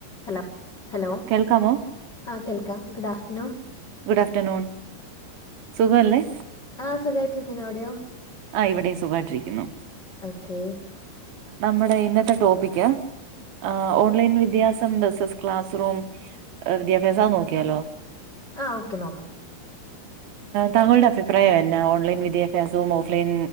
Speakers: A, on the left; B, on the right.
A: ഹലോ ഹലോ
B: കേൾക്കാമോ
A: ആഹ് കേൾക്കാം ഗുഡ് ആഫ്റ്റർനൂൺ
B: ഗുഡാഫ്റ്റർനൂൺ സുഖല്ലേ
A: ആഹ് സുഖായിട്ടിരിക്കുന്നു അവിടെയോ
B: ആഹ് ഇവിടിം സുഖായിട്ടിരിക്കുന്നു
A: ഓക്കെ
B: നമ്മുടെ ഇന്നത്തെ ടോപ്പിക്ക് ആഹ് ഓൺലൈൻ വിദ്യാഭ്യാസം വോസസ് ക്ലാസ് റൂം വിദ്യാഭ്യാസം അത് നോക്കിയാലോ
A: ആഹ് ഓക്കെ നോക്കാം
B: താങ്ങളുടെ അഭിപ്രായം എന്നാ ഓലൈൻ വിദ്യാഭ്യാസവും ഓഫ് ക്ലിൻ